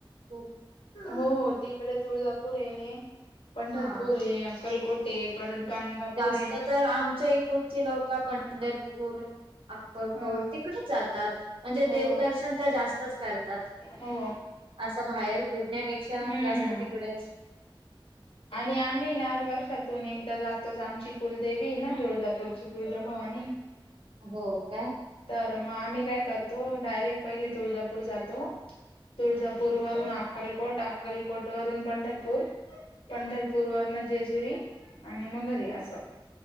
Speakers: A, on the right; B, on the left.
A: खूप
B: हो तिकडे तुळजापूर ये पंढरपूर
A: हां.
B: ये अक्कलकोट. ते परत. गाणगापूर
A: जास्त
B: आहे
A: तर आमच्या इकूडचे लोक पंढरपूर अक्कडकोड
B: हा
A: तिकडेच जातात म्हणजे
B: हो
A: देवदर्शन त जास्तच करतात.
B: हो
A: असं बाहेर फिरण्यापेक्षा
B: हम्म
A: जास्त तिकडेच.
B: आणि आम्ही ना वर्षातून एकदा जात. तस आमची कुलदेवी हाय ना तुळजापूरची तुळजाभवानी.
A: हो काय.
B: तर मग आम्ही काय करतो डायरेक्ट पहिले तुळजापूर जातो. तुळजापूर वरून अक्कलकोट, अक्कलकोट वरून पंढरपूर. पंढरपूर वरन जेजुरी आणि म घरी असं.